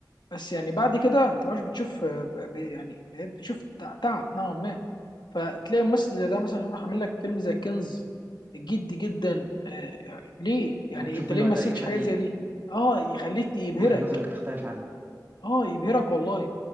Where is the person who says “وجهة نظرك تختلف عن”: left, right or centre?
Right